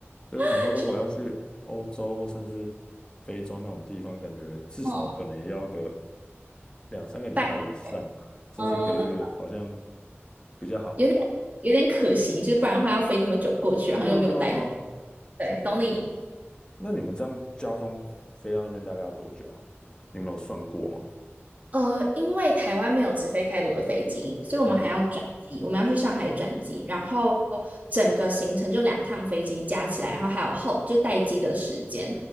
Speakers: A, on the left; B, on the right.
A: 就是想说，
B: <laughs>
A: 如果要去欧洲或甚至
B: 去
A: 非洲那种地方，感觉至少可能也要个
B: 哦，
A: 两三个礼拜以上，
B: 拜，
A: 甚至一个月，
B: 嗯嗯，
A: 好像比较好。
B: 有点有点可惜，就是不然的话要飞那么久过去，然后又没有带很，
A: 对啊，对啊，对啊。
B: 对，
A: 像
B: 懂你意
A: 那你们这样交通飞到那边大概要多久啊？你们有算过吗？
B: 呃，因为台湾没有直飞开罗的飞机，所以我们还要转机，
A: 嗯，
B: 我们要去上海转机，然后整个行程就两趟飞机加起来，然后还有后就待机的时间